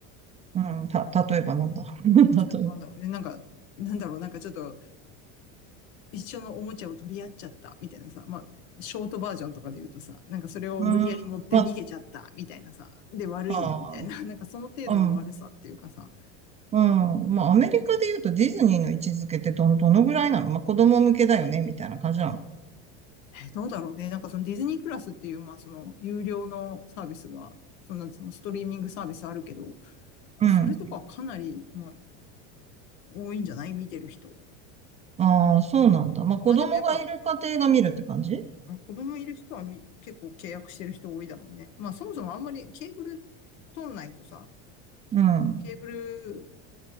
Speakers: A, on the right; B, on the left.
A: ん。うんた、例えばなんだ。<laughs>
B: 例えばなんだろうね、
A: 例え
B: なんか、なんだろう、なんかちょっと一緒のおもちゃを取り合っちゃったみたいなさ、まあ、ショートバージョンとかで言うとさ、なんかそれを無理やり持って逃げちゃったみたいなさ、
A: ば。うん、まあ、
B: で悪いみたいな、
A: あ
B: <laughs> なんかその程度の悪さっていうかさ、
A: ーうん。うん。まあ、アメリカで言うとディズニーの位置づけってど、どのぐらいなのまあ、子供向けだよね、みたいな感じなの。
B: えどうだろうね、なんかそのディズニープラスっていう、まあその有料のサービスが、そのそのストリーミングサービスあるけど、
A: うん。
B: まあ、それとかはかなり、
A: うん。
B: まあ、多いんじゃない見てる人。
A: ああ、そうなんだ。まあ、子供がいる家庭が見るって感じ
B: まあでもやっぱ、子供いる人はみ結構契約してる人多いだろうね。まあそもそもあんまりケーブル取んないとさ、
A: うん。うん
B: ケーブル、